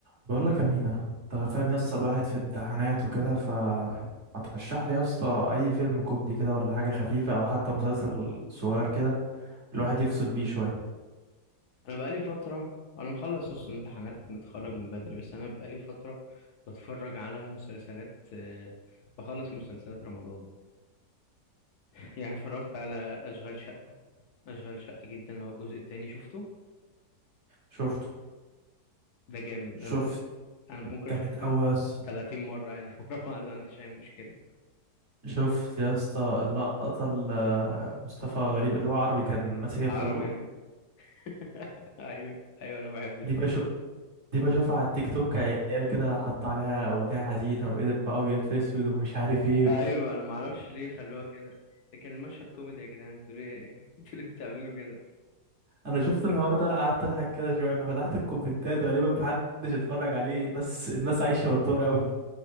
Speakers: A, on the right; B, on the left.
A: بقول لك يا مينا انت فاهم يا اسطى الواحد في امتحانات وكده ف ما ترشح لي يا اسطى اي فيلم كوميدي كده ولا حاجه خفيفه او حتى مسلسل صغير كده الواحد يفصل بيه شويه
B: انا بقالي فتره انا مخلص اصلا امتحانات متخرج من بدري بس انا بقالي فتره بتفرج على مسلسلات آه، بخلص مسلسلات رمضان <laughs> يعني اتفرجت على اشغال شقه اشغال شقه جدا اللي هو الجزء التاني شفته
A: شفته
B: ده جامد
A: شفت
B: ده م- انا ممكن
A: جامد
B: اشوفه كده
A: قوي يا اسطى
B: 30 مره عادي <laughs> ورا بعض ما عنديش اي مشكله
A: شفت يا اسطى اللقطه اللي مصطفى غريب اللي هو عربي كان ماسك الخازوق
B: عربي يعني <laughs> ايوه ايوه انا بحب ال...
A: دي بشوف دي بشوفها على التيك توك عيال كده حط عليها اغنيه حزينه وقلب بقى ابيض في اسود ومش عارف ايه
B: ايوه انا ما اعرفش ليه خلوها كده كان المشهد كوميدي يا جدعان انتوا ليه <laughs> انتوا ليه بتعملوا كده
A: انا شفت الحوار ده قعدت اضحك كده شويه ففتحت الكومنتات غالبا محدش اتفرج عليه الناس الناس عايشه بالدور قوي